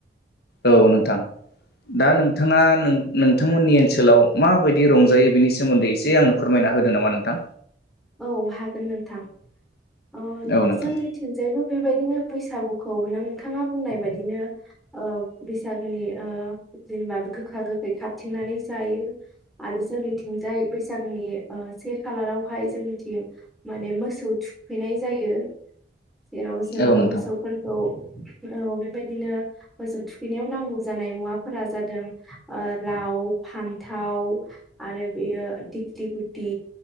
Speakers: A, on the left; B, in the centre.
A: औ नोंथां दा नोंथाङा नोंथांमोननि ओनसोलाव माबायदि रंजायो बेनि सो सोमोन्दै एसे आंनो फोरमायना होदो नामा नोंथां?
B: औ हागोन नोंथां । अ
A: औ नोंथां
B: जोंनिथिंजायबो बेबायदिनो बैसागुखौ नोंथाङा बुंनाय बायदिनो ओ बैसागोनि ओ जेनेबा गोखा गोखै खाथथिंनानै जायो आरो जोंनिथिंजाय बैसागोनि ओ से खालाराव बेहाय जोंनिथिं माने मोसौ थुखैनाय जायो। जेराव जोङो
A: औ नोंथां
B: मोसौफोरखौ औ बेबायदिनो मोसौ थुखैनायाव नांगौ जानाय मुवाफोरा जादों ओ लाउ, फान्थाव आरो बेयो दिखलिगुथि